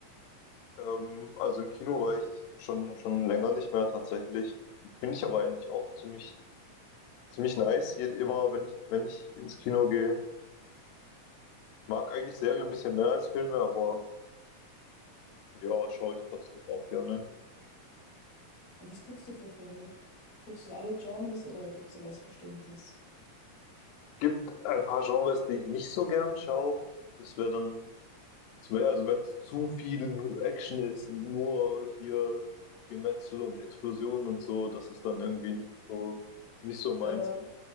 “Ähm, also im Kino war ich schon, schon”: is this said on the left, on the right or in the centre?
Left